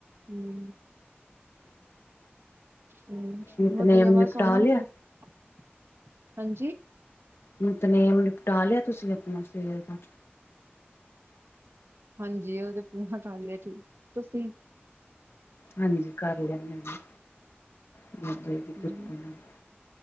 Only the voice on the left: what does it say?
ਨਿਤਨੇਮ
ਨਿਪਟਾ
ਲਿਆ
ਨਿਤਨੇਮ, ਨਿਪਟਾ ਲਿਆ। ਤੁਸੀਂ ਆਪਣਾ ਸਵੇਰ ਦਾ।
ਹਾਂਜੀ। ਕਰ ਲਿਆ ਮੈਂ ਵੀ। <unintelligible>